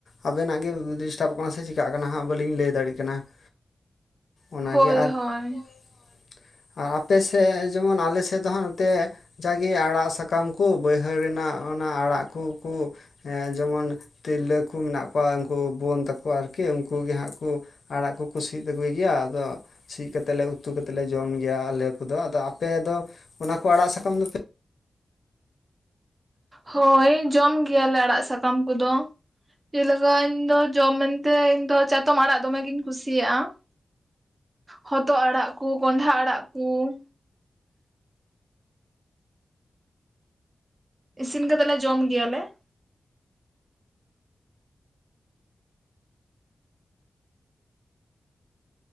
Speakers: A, on the left; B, on the right.
A: ᱟᱵᱮᱱᱟᱜ ᱜᱮ ᱰᱤᱥᱴᱟᱵ ᱠᱟᱱᱟ ᱥᱮ ᱪᱤᱠᱟᱹᱜ ᱠᱟᱱᱟ ᱦᱟᱸᱜ ᱵᱟᱹᱞᱤᱧ ᱞᱟᱹᱭ ᱫᱟᱲᱮᱭᱟᱜ ᱠᱟᱱᱟ ᱾ ᱚᱱᱟᱜᱮ
B: ᱦᱳᱭ
A: ᱟᱨ
B: ᱦᱳᱭ
A: ᱦᱚᱭ ᱦᱚᱭ ᱟᱨ ᱟᱯᱮ ᱥᱮᱫ ᱡᱮᱢᱚᱱ ᱟᱞᱮ ᱥᱮᱫ ᱫᱚ ᱦᱟᱸᱜ ᱛᱮ ᱡᱟᱜᱮ ᱟᱲᱟᱜ ᱥᱟᱠᱟᱢ ᱠᱚ ᱵᱟᱹᱭᱦᱟᱹᱲ ᱨᱮᱱᱟᱜ ᱚᱱᱟ ᱟᱲᱟᱜ ᱠᱩᱠᱩ ᱮᱸ ᱡᱮᱢᱚᱱ ᱛᱤᱨᱞᱟᱹ ᱠᱚ ᱢᱮᱱᱟᱜ ᱠᱚᱣᱟ ᱩᱱᱠᱩ ᱵᱳᱱ ᱛᱟᱠᱚ ᱟᱨᱠᱤ ᱩᱱᱠᱩ ᱜᱮ ᱦᱟᱸᱜ ᱠᱩ ᱟᱲᱟᱜ ᱠᱩᱠᱩ ᱥᱤᱫ ᱟᱹᱜᱩᱭ ᱜᱮᱭᱟ ᱟᱫᱚ ᱥᱤᱫ ᱠᱟᱛᱮ ᱞᱮ ᱩᱛᱩ ᱠᱟᱛᱮ ᱞᱮ ᱡᱚᱢ ᱜᱮᱭᱟ ᱟᱞᱮ ᱠᱚᱫᱚ ᱾ ᱟᱫᱚ ᱟᱯᱮ ᱫᱚ ᱚᱱᱟ ᱠᱚ ᱟᱲᱟᱜ ᱥᱟᱠᱟᱢ ᱫᱚᱯᱮ?
B: ᱦᱚᱭ ᱡᱚᱢ ᱜᱮᱭᱟᱞᱮ ᱟᱲᱟᱜ ᱥᱟᱠᱟᱢ ᱠᱚᱫᱚ ᱾ <unintelligible> ᱤᱧ ᱫᱚ ᱡᱚᱢ ᱢᱮᱱᱛᱮ ᱤᱧ ᱫᱚ ᱪᱟᱛᱚᱢ ᱟᱲᱟᱜ ᱫᱚᱢᱮᱤᱧ ᱠᱩᱥᱤᱭᱟᱜᱼᱟ ᱾ ᱦᱚᱛᱚᱫ ᱟᱲᱟᱜ ᱠᱩ, ᱠᱸᱰᱷᱟ ᱟᱲᱟᱜ ᱠᱩ ᱾ ᱤᱥᱤᱱ ᱠᱟᱛᱮ ᱞᱮ ᱡᱚᱢ ᱜᱮᱭᱟᱞᱮ ᱾